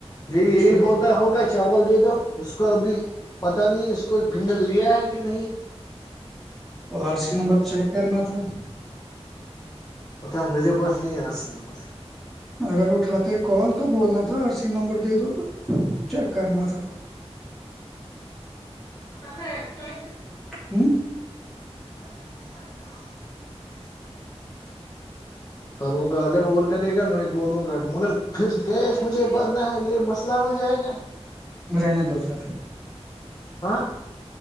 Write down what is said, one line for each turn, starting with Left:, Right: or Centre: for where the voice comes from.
Left: جی یہی
Centre: تو
Left: بولتا ہوگا چاول دے دو اس کو ابھی پت نہیں اس کو فنگر لیا ہے کہ نہیں
Centre: تو آر سی نمبر چیک کرنا تھا
Left: اتا میرے پاس نہیں آس ن مت
Centre: اگر اٹھاتے کال تو بولنا تھا اورر سی نمبر دے دو تو چیک کرنا تھا
Left: کس ہے چ
Centre: ہوں
Left: آ کرو اگر اور کرے گا میں بولوں گا مگر پھر کیش مجھے بھرنا ہے یہ مسئلہ ہو جائے گا
Centre: رہنا دوفر
Left: ہاں